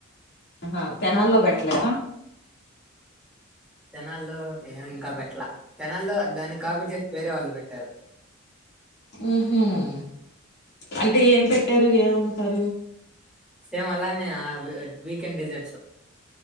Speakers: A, on the left; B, in the centre.
A: ఆహా తెనాల్లో పెట్టాల
B: తెనాల్లో ఏం ఇంకా పెట్టలా తెనాల్లో దాన్ని కాపీ చేసి వేరే వాళ్ళు పెట్టారు
A: ఉహుమ్ అంటే ఏం పెట్టారు ఏం అమ్ముతారు
B: సేమ్ అలానే వీకెండ్ డిజర్ట్స్